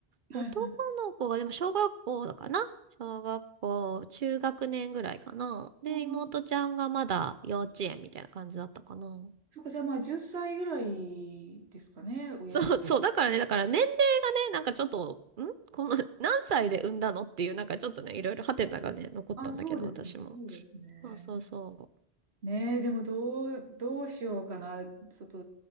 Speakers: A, on the right; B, on the right.
A: はいはい。
B: 男の子が、でも小学校かな小学校、中学年ぐらいかな。で、
A: うん
B: 妹ちゃんがまだ幼稚園みたいな感じだったかな。
A: そっか、じゃあまあ10歳ぐらいですかね、上の子。
B: そう、そう、だからね、だから年齢がね、なんかちょっと、んこの、<laughs> 何歳で産んだのっていう、なんかちょっとね、いろいろハテナがね、残ったんだけど、
A: あ、そうですね、
B: 私も。
A: そうですね。
B: そうそうそう。
A: ねえ、でもどう、どうしようかな、ちょっと、